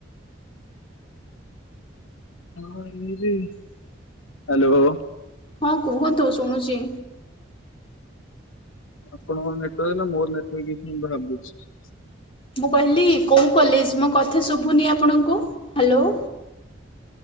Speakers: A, on the left (about 85°); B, on the left (about 25°).
A: ଆମ ଇଏରେ ହାଲୋ।
B: ହଁ କୁହନ୍ତୁ, ଶୁଣୁଚି।
A: ଆପଣଙ୍କର ନେଟୱାର୍କ ନା ମୋର ନେଟୱାର୍କ ଇସ୍ୟୁ ମୁଁ ଭାବୁଛି।
B: ମୁଁ କହିଲି କୋଉ କଲେଜ ମୋ କଥା ଶୁଭୁନି ଆପଣଙ୍କୁ ହାଲୋ?